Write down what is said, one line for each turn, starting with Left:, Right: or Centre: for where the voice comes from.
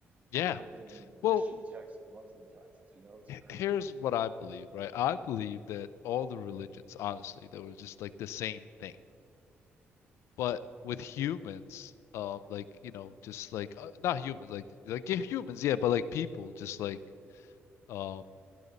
Left: Yeah.
Right: in, in Christian
Left: Well,
Right: texts and Muslim texts, you know, it's crazy.
Left: here's what I believe, right? I believe that all the religions, honestly, they were just like the same thing. But with humans, um, like, you know, just like uh, not humans, like like yeah, humans, yeah, but like people just like um